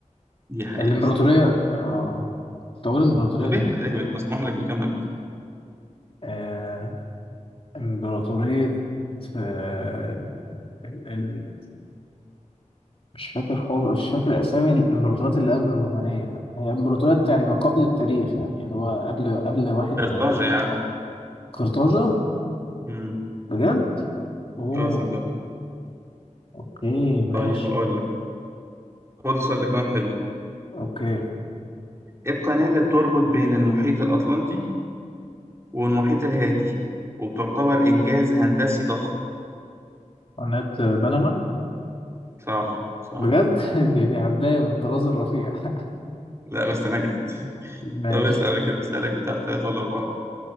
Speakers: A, on the right; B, on the left.
A: دي حقيقة
B: الإمبراطورية
A: بصراحة
B: اه طب أقول الإمبراطورية
A: طب اهبط اهبط مسموح لك بكام هبداية
B: الإنجليزية امبراطورية آه، ال... ال... مش فاكر خالص مش فاكر أسامي الإمبراطوريات اللي قبل الرومانية هي إمبراطوريات يعني ما قبل التاريخ يعني اللي هو قبل قبل واحد
A: قرطاجة
B: ميلادية
A: يا عم
B: قرطاجة
A: مم.
B: بجد؟ أوه
A: اه صدق
B: أوكي ماشي
A: طيب أقول لك خد السؤال ده كمان حلو
B: أوكي
A: إيه القناة اللي بتربط بين المحيط الأطلنطي والمحيط الهادي وبتعتبر إنجاز هندسي ضخم
B: قناة بنما
A: صح صح
B: بجد <laughs> دي دي هبداية من الطراز الرفيع <laughs>
A: لا بس نجحت <laughs>
B: ماشي
A: طب اسأل أنا كده اسألك بتاع تلاتة ولا أربعة